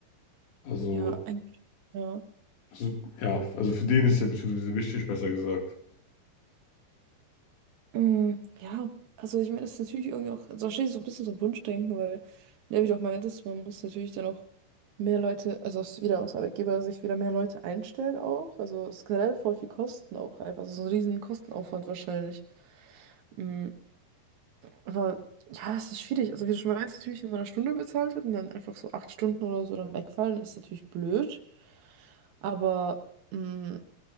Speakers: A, on the left (about 75°); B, on the right (about 70°).
A: Also,
B: ja, eigentlich, ja.
A: so- ja, also für den ist ja beziehungsweise wichtig, besser gesagt.
B: Mm, ja, also ich meine, das ist natürlich irgendwie auch, also wahrscheinlich so ein bisschen so ein Wunschdenken, weil, ne, wie du auch meintest, man muss natürlich dann auch mehr Leute, also aus, wieder aus Arbeitgeber sich wieder mehr Leute einstellen auch. Also es ist generell voll viel Kosten auch einfach. Also so ein riesen Kostenaufwand wahrscheinlich. Mm, Aber ja, es ist schwierig. Also, wie du schon meinst, natürlich, wenn man eine Stunde bezahlt wird und dann einfach so acht Stunden oder so dann wegfallen, das ist natürlich blöd. Aber mh,